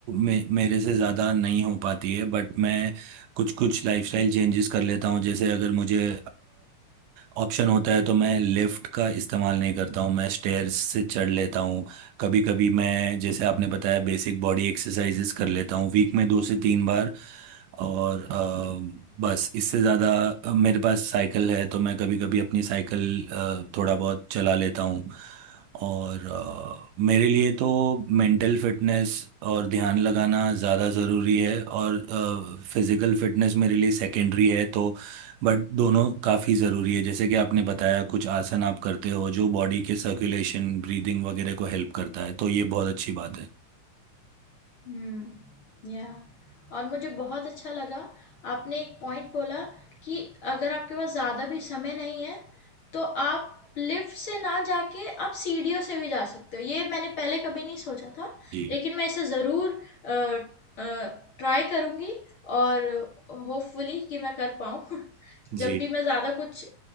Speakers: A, on the right; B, on the left.
A: मे मेरे से ज़्यादा नहीं हो पाती है बट मैं कुछ कुछ लाइफस्टाइल चेंजेस कर लेता हूँ जैसे अगर मुझे ऑप्शन होता है तो मैं लिफ्ट का इस्तेमाल नहीं करता हूँ मैं स्टेयर्स से चढ़ लेता हूँ कभी कभी मैं जैसे आपने बताया बेसिक बॉडी एक्सरसाइजेस कर लेता हूँ वीक में दो से तीन बार और अ, बस इससे ज़्यादा मेरे पास साइकिल है तो मैं कभी कभी अपनी साइकिल अ, थोड़ा बहुत चला लेता हूँ और अ, मेरे लिए तो मेंटल फिटनेस और ध्यान लगाना ज़्यादा ज़रूरी है और फिज़िकल फिटनेस मेरे लिए सेकेंडरी है तो बट दोनों काफ़ी ज़रूरी है जैसे कि आपने बताया कुछ आसन आप करते हो जो बॉडी के सर्कुलेशन ब्रीदिंग वगैरह को हेल्प करता है तो ये बहुत अच्छी बात है
B: हुँ, या और मुझे बहुत अच्छा लगा आपने एक पॉइंट बोला कि अगर आपके पास ज़्यादा भी समय नहीं है, तो आप लिफ्ट से ना जाके आप सीढ़ियों से भी जा सकते हो। ये मैंने पहले कभी नहीं सोचा था,
A: जी
B: लेकिन मैं इसे ज़रूर अ अ, ट्राई करूँगी और होपफुली कि मैं कर पाऊँ। <laughs>
A: जी
B: जब भी मैं ज़्यादा कुछ